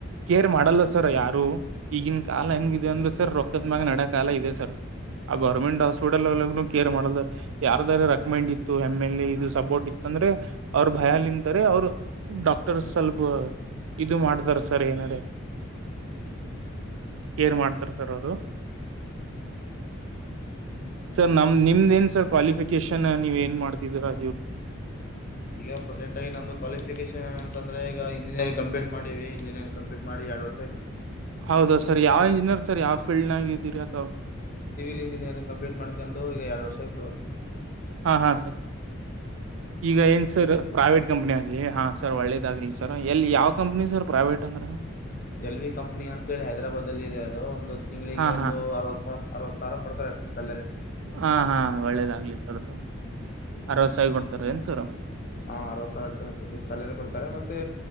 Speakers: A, on the right (about 70°); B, on the left (about 40°).
A: ಕೇರ್ ಮಾಡಲ್ಲ ಸರ್ ಯಾರು ಈಗಿನ ಕಾಲ ಹೆಂಗಿದೆ ಅಂದ್ರೆ ಸರ್ ರೊಕ್ಕದ ಮ್ಯ ನಡ್ಯ ಕಾಲ ಇದೆ ಸರ್ ಆ ಗೌರ್ಮೆಂಟ್ ಹಾಸ್ಪಿಟಲ್ ಕೇರ್ ಮಾಡಾರ ಯಾರದಾರ ರೆಕಮೆಂಡ್ ಇತ್ತು ಎಮ ಎಲ್ ಎ ಇದು ಸಪೋರ್ಟ್ ಇತ್ತು ಅಂದ್ರೆ ಅವ್ರ ಭಯ ನಿಂತಾರೆ ಅವರು ಡಾಕ್ಟರ್ಸ್ ಸ್ವಲ್ಪ ಇದು ಮಾಡತಾರ ಸರಿನಡ ಏನ್ ಮಾಡ್ತಾರ ಸರ್ ಅವರು ಸರ್ ನಮ ನಿಮ್ದ ಏನ್ ಸರ್ ಕ್ವಾಲಿಫಿಕೇಶನ್ ನೀವ ಏನ್ ಮಾಡ್ತಿದೀರಾ ಇವರು
B: ಈಗ ಪ್ರೆಸೆಂಟ್ ಆಗ ನಮ್ದು ಕ್ವಾಲಿಫಿಕೇಷನ್ ಅಂದ್ರ ಈಗ ಇಂಜಿನಿಯರಿಂಗ್ ಕಂಪ್ಲೀಟ್ ಮಾಡಿ ಇಂಜಿಯರಿಂಗ ಕಂಪ್ಲೀಟ್ ಮಾಡಿ ಎರಡು ವರ್
A: ಹೌದ ಸರ್ ಯಾವ ಇಂಜಿನಿಯರ್ ಸರ್ ಯಾವ್ ಫೀಲ್ಡ್ನಾಗಿದೀರಿ ಅಥಾವ
B: ಸಿವಿಲ್ ಇಂಜಿನಿಯರಿಂಗ್ ಕಂಪ್ಲೀಟ್ ಮಾಡ್ಕಂದು ಈಗ ಎರಡು ವರ್ಷ ಆಯ್ತು
A: ಹಾ ಹಾ ಸರ್ ಈಗ ಏನ್ ಸರ್ ಪ್ರೈವೇಟ್ ಕಂಪನಿ ಆಗ್ಲಿ ಹಾ ಸರ್ ಒಳ್ಳೇದಾಗ್ಲಿ ಸರ್ ಎಲ್ಲಿ ಯಾವ್ ಕಂಪ್ನಿ ಸರ್ ಪ್ರೈವೇಟ್ ಅಂದ್ರ
B: ಎಲ್ ವಿ ಕಂಪ್ನಿ ಅಂತ ಹೇಳಿ ಹೈದರಾಬಾದ್ಲ್ ಇದೆ ಅದು ಒಂದು ತಿಂಗಳಿಗೆ
A: ಹಾ
B: ಒಂದು
A: ಹಾ
B: ಅರವತ್ತು ಅರವತ್ತು ಸಾವಿರ ಕೊಡ್ತಾರೆ ಸ್ಯಾಲರಿ
A: ಹಾ ಹಾ ಒಳ್ಳೇದಾಗ್ಲಿ ಸರ್ ಅರವತ್ತು ಸಾವಿರ ಕೊಡ್ತಾರ ಎನ್ಸರು
B: ಹಾ ಅರವತ್ ಸಾವಿರ ಹ ಸ್ಯಾಲರಿ ಕೊಡ್ತಾರೆ ಮತ್ತೆ